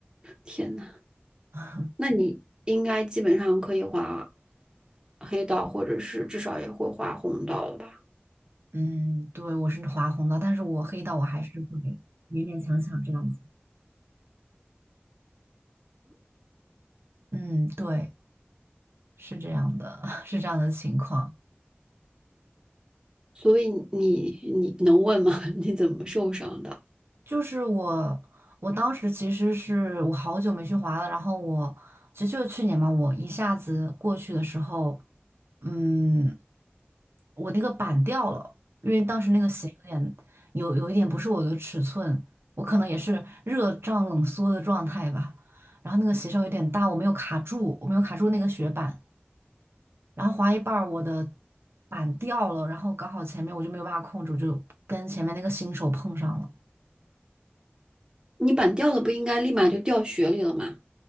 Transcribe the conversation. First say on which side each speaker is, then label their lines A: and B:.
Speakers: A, on the right; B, on the right.
A: 天呐！
B: <laughs>
A: 那你应该基本上可以画黑道，或者是至少也会画红道了吧？
B: 嗯，对，我是划红的，但是我黑到我还是会勉勉强强这样子。嗯，对，是这样的，<laughs> 是这样的情况。
A: 所以你你能问吗？<laughs> 你怎么受伤的？
B: 就是我，我当时其实是我好久没去滑了，然后我其实就是去年嘛，我一下子过去的时候，嗯，我那个板掉了，因为当时那个鞋有点有有一点不是我的尺寸，我可能也是热胀冷缩的状态吧，然后那个鞋稍有点大，我没有卡住，我没有卡住那个雪板，然后滑一半儿我的板掉了，然后刚好前面我就没有办法控制，我就跟前面那个新手碰上了。
A: 你板掉了不应该立马就掉雪里了吗？